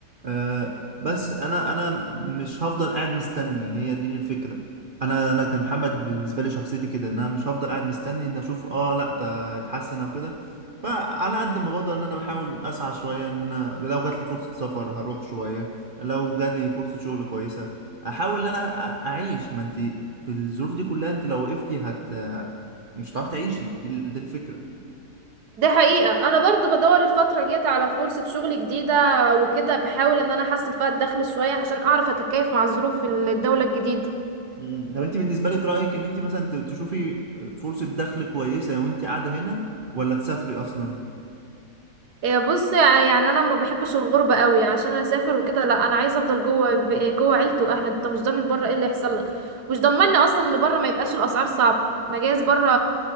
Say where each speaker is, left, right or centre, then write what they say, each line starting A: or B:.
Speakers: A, on the right; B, on the right.
A: آه بس انا انا مش هفضل قاعد مستني هي دي الفكره انا انا كمحمد بالنسبه لي شخصيتي كده ان انا مش هفضل قاعد مستني ان اشوف اه لا ت- اتحسن او كده فعلى قد ما بقدر ان انا بحاول اسعى شويه ان انا لو جات لي فرصه سفر هروح شويه لو جات لي فرصه شغل كويسه احاول ان انا أ- اعيش ما انت في الظروف دي كلها انت لو وقفتي هت مش هتعرفي تعيشي دي ال- دي الفكره
B: دي حقيقة انا برضو بدور الفترة الجاية على فرصة شغل جديدة وكده بحاول ان انا احسن فيها الدخل شوية عشان اعرف اتكيف مع ظروف الدولة الجديدة
A: مم. طب انت بالنسبه لك رايك ان انت مثلا ت- تشوفي فرصه دخل كويسه وانت قاعده هنا ولا تسافري اصلا
B: إيه بص يعني انا ما بحبش الغربه قوي عشان انا اسافر وكده لا انا عايزه افضل جوه ب- جوه عيلتي واهلي انت مش ضامن بره ايه اللي يحصل لك مش ضمني اصلا ان بره ما يبقاش الاسعار صعبه مجاز بره